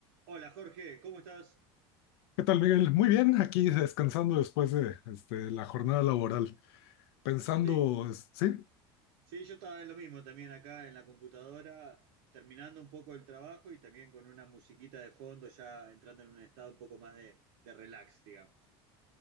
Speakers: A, on the right; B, on the left.
A: Hola Jorge, ¿cómo estás?
B: ¿Qué tal, Miguel? Muy bien, aquí descansando después de este, la jornada laboral, pensando,
A: Yo estoy,
B: es- sí,
A: sí, yo estaba en lo mismo también acá en la computadora, terminando un poco el trabajo y también con una musiquita de fondo, ya entrando en un estado un poco más de, de relax, digamos.